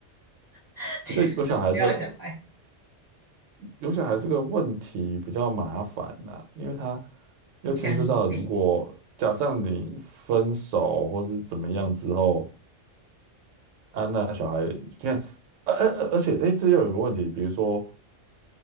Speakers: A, on the right; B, on the right.
A: <laughs>
B: <laughs>
A: 结婚就是不要有小孩，
B: 这有小孩这有小孩这个问题比较麻烦呐、因为他又牵涉到如果假设你分手或是怎么样之后，
A: 影响你一辈子。嗯，
B: 啊，那小孩现在，而而而而且哎，诶这又有个问题，比如说